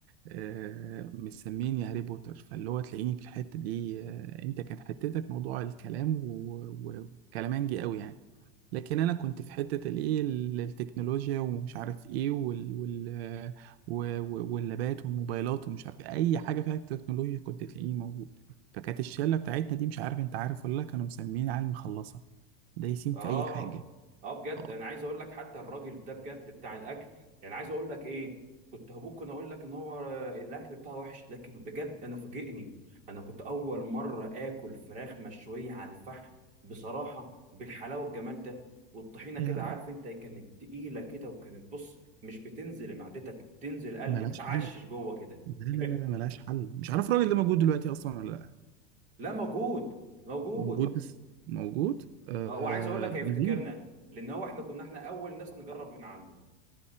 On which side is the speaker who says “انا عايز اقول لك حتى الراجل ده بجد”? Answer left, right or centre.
Right